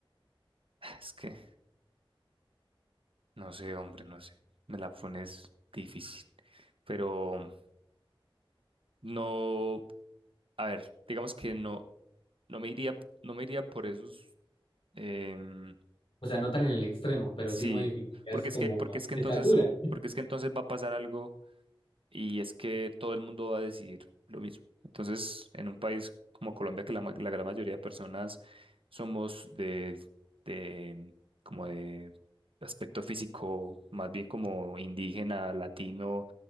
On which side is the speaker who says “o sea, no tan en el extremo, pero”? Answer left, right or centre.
Left